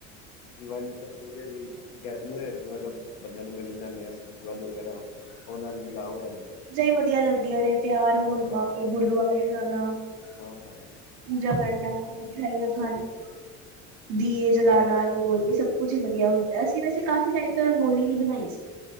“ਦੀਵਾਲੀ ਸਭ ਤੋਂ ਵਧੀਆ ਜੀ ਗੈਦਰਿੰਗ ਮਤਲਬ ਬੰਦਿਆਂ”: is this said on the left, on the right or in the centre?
Left